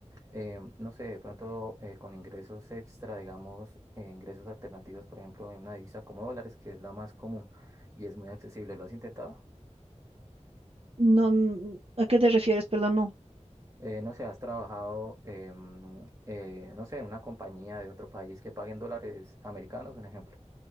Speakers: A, on the right; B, on the right.
A: Eh, no sé, de pronto eh, con ingresos extra, digamos, eh, ingresos alternativos, por ejemplo, en una divisa como dólares, que es la más común y es muy accesible. ¿Lo has intentado?
B: No, n- ¿a qué te refieres? Perdón, no.
A: Eh, no sé, has trabajado, em, eh, no sé, en una compañía de otro país que pague en dólares americanos, un ejemplo.